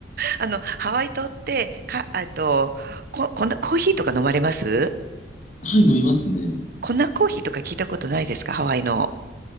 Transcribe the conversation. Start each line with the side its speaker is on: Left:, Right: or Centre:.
Right: あの、ハワイ島って、か、えっと、こ、こんなコーヒーとか飲まれます
Left: はい、飲みますね。
Right: 粉コーヒーとか聞いたことないですかハワイの。